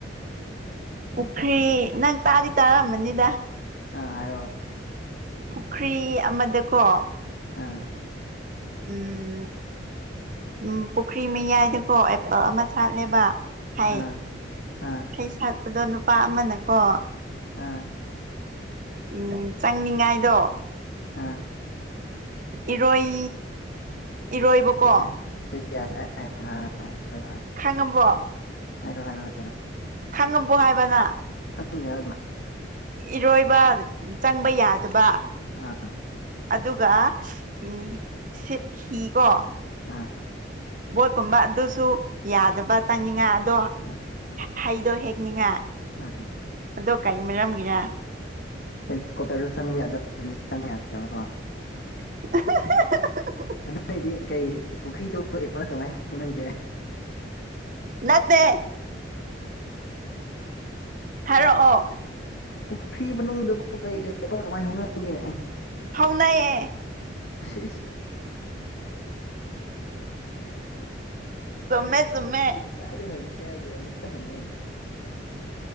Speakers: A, on the right; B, on the left.
A: ꯄꯨꯈ꯭ꯔꯤ ꯅꯪ ꯇꯥꯗꯤ ꯇꯥꯔꯝꯃꯅꯤꯗ
B: ꯑ
A: ꯄꯨꯈ꯭ꯔꯤ ꯑꯃꯗꯀꯣ
B: ꯑ
A: ꯎꯝ ꯎꯝ ꯄꯨꯈ꯭ꯔꯤ ꯃꯌꯥꯏꯗꯀꯣ ꯑꯦꯄꯜ ꯑꯃ ꯁꯥꯠꯂꯦꯕ ꯍꯩ
B: ꯑꯥ ꯑꯥ
A: ꯍꯦ ꯁꯥꯠꯄꯗꯣ ꯅꯨꯄꯥ ꯑꯃꯅꯀꯣ
B: ꯑꯥ
A: ꯎꯝ ꯆꯪꯅꯤꯡꯉꯥꯏꯗꯣ
B: ꯑꯥ
A: ꯏꯔꯣꯏ ꯏꯔꯣꯏꯕꯀꯣ
B: <unintelligible>
A: ꯈꯪꯉꯝꯕꯣ
B: ꯍꯥꯢꯔꯣ ꯍꯥꯏꯔꯣ ꯍꯥꯏ
A: ꯈꯪꯉꯕꯣ ꯍꯥꯏꯕ ꯅꯪ
B: ꯈꯪꯗꯦ ꯌꯥ ꯑꯗꯨ
A: ꯏꯔꯣꯏꯕ ꯆꯪꯕ ꯌꯥꯗꯕ
B: ꯑꯥ
A: ꯑꯗꯨꯒ ꯎ ꯁꯤꯞ ꯍꯤ ꯀꯣ
B: ꯑꯥ
A: ꯕꯣꯠꯀꯨꯝꯕ ꯑꯗꯨꯁꯨ ꯌꯥꯗꯕ ꯆꯪꯅꯤꯡꯉꯥꯏ ꯑꯗꯣ
B: ꯑ
A: ꯍꯗꯣ ꯍꯦꯛꯅꯤꯉ
B: ꯑ
A: ꯑꯗꯨ ꯀꯩ ꯃꯔꯝꯒꯤꯔ
B: ꯍꯦꯜꯀꯣꯇꯔꯗ ꯆꯪꯕ ꯌꯥꯗ <unintelligible>
A: <unintelligible>
B: ꯑꯗꯩꯗꯤ ꯀꯩ ꯄꯨꯈꯔꯤꯗ ꯄ ꯀꯃꯥꯏ ꯍꯧꯅꯒꯦ
A: ꯅꯠꯇꯦ ꯍꯥꯏꯔꯣꯛꯑꯣ
B: ꯄꯨꯈ꯭ꯔꯤ ꯃꯅꯨꯡꯗꯕꯨ ꯀꯔꯤ ꯀꯔꯤ ꯀꯃꯥꯏꯅ ꯍꯧꯅꯒꯦ
A: ꯍꯧꯅꯩꯌꯦ
B: <unintelligible>
A: ꯆꯨꯝꯃꯦ ꯆꯨꯝꯃꯦ
B: ꯆꯥꯗꯤ ꯍꯪ ꯀꯦ ꯍꯥꯏꯗꯤ ꯍꯧꯖꯤꯛꯇ ꯍꯪꯉꯛꯑꯦ